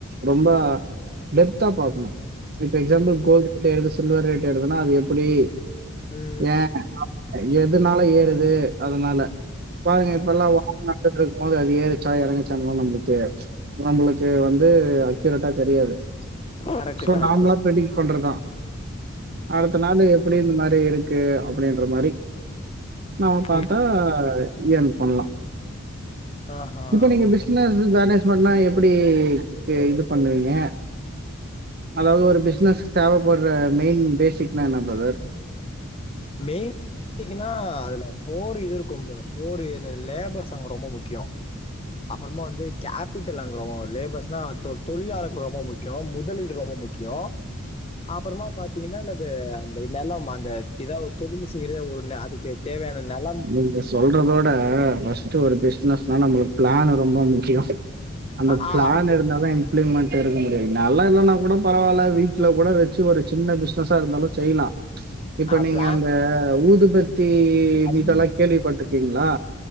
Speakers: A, on the right (about 45°); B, on the left (about 25°).
A: ரொம்ப டெப்தா பாக்ணு இப்ப எக்ஸாம்பிள் கோல்டு் ரேட் ஏறுது சில்வர் ரேட் ஏறுதுன்னா அது எப்புடி
B: ம்
A: ஏன் எதுனால ஏறுது அதனால பாருங்க இப்ப ல்லா வார் நடந்துட்ருக்கு போது அது ஏறுச்சா எறங்குச்சான்ல்லா நம்புளுக்கு தெரியாது நம்மளுக்கு வந்து அக்யூரட்டா தெரியாது
B: கரெக்ட்
A: சோ
B: கரெக்ட்
A: நாம்ளா ப்ரெடிட் பண்றதா அடுத்த நாளு அப்டிந்த மாரி இருக்கு அப்டின்ற மாரி நாம
B: புரியுது
A: பாத்தா
B: புரியுது.
A: ஏன் பண்ணலா
B: ஆஹா!
A: இப்ப நீங்க
B: ஓகே.
A: பிஸ்னஸ் தான பண்ணா எப்டி இது பண்ணுவீங்க அதாவ்து ஒரு பிஸ்னஸ்க் தேவப்பட்ற மெயின் பேசிக் நா என்ன ப்ரதர்
B: மெயின் <inaudible> னா அதுல ஃபோர் இது இருக்கும் ப்ரோ ஃபோர் என்ன லேபர்ஸ்ங்க ரொம்ப முக்கியோ அப்றமா வந்து கேப் பீட்டல்லங்ரோ லேபரஸ்னா தொ தொழிலாளர்கள் ரொம்ப முக்கியோ முதலீடு ரொம்ப முக்கியோ அப்பறமா பாத்தீங்கன்னா அந்த அந்த நெலம் அந்த எதவ தொழிலு த்ரேவூர்ண அதுக்கு தேவையான நெலொ
A: நீங்க சொல்றதோட ஃபஸ் பஸ்டு ஒரு பிஸ்னஸ்னா நம்ளுக்கு பிளான் ரொம்ப முக்கிய அந்த
B: அ அ
A: பிளான்
B: அது
A: இருந்தாதா இப்ளிமெண்ட் இருக்க முடியாது நால்லா இல்லன்னா கூட பரவால்ல வீட்ல கூட வச்சி ஒரு சின்ன பிஸ்னஸா இருந்தாலு செய்லா
B: <inaudible>
A: இப்ப நீங்க
B: பிளான்
A: அந்த ஊதுபத்தி
B: அது
A: எல்லா கேள்விப்பட்ரிக்கீங்களா